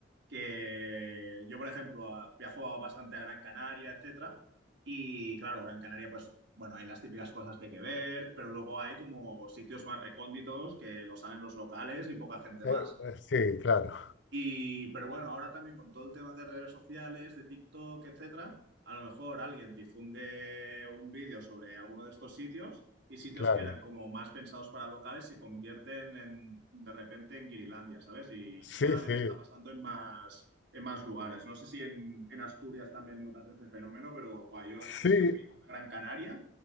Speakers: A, on the right; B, on the left.
A: que yo, por ejemplo, a- viajo bastante a Gran Canaria, etcétera, y claro, Gran Canaria, pues, bueno, hay las típicas cosas que hay que ver, pero luego hay como sitios más recónditos que lo saben los locales y poca gente
B: Eh,
A: más.
B: eh, sí, claro,
A: Y, pero bueno, ahora también con todo el tema de redes sociales, de TikTok, etcétera, a lo mejor alguien difunde un vídeo sobre alguno de estos sitios y sitios
B: claro.
A: que eran como más pensados para locales se convierten en, de repente en Guirilandia, ¿sabes? Y,
B: Sí,
A: y cada
B: sí,
A: vez está pasando en más, en más lugares. No sé si en, en Asturias también notas este fenómeno, pero buah, yo
B: sí,
A: que fui a Gran Canaria,